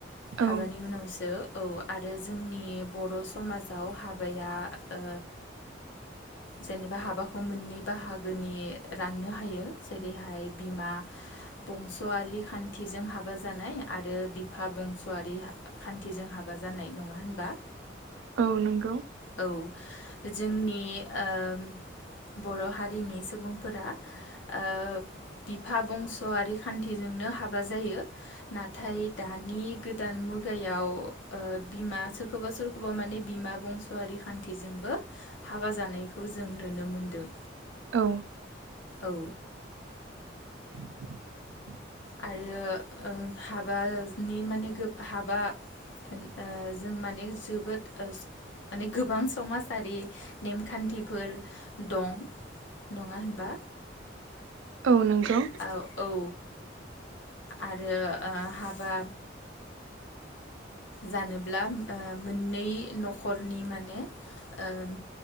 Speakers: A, on the left; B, on the right.
A: हाबानि
B: औ
A: उनावसो औ आरो जोंनि बर' समाजाव हाबाया ओ जेनेबा हाबाखौ मोननै बाहागोनि राननो हायो जेरैहाय बिमा बंसआरि खान्थिजों हाबा जानाय आरो बिफा बंसआरि खान्थिजों हाबा जानाय नङा होनबा?
B: औ नंगौ।
A: औ जोंनि ओ बर' हारिनि सुबुंफोरा ओ बिफा बंसआरि खान्थिजोंनो हाबा जायो नाथाय दानि गोदान मुगायाव ओ बिमा सोरखौबा सोरखौबा माने बिमा बंसआरि खान्थिजोंबो हाबा जानाय खौ जों नुनो मोनदों।
B: औ।
A: औ।
B: <inaudible>
A: आरो ओ हाबानि माने गोब हाबा होन ओ जों माने जोबोद ओस माने गोबां समाजारि नेमखान्थिफोर दं नङा होनबा?
B: औ नंगौ।
A: औ औ आरो ओ हाबा जानोब्ला ओ मोननै न'खरनि माने ओ ओम